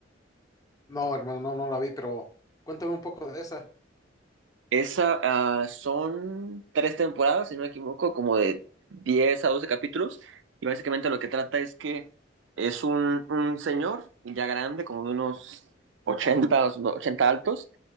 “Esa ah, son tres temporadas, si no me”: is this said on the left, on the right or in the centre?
Right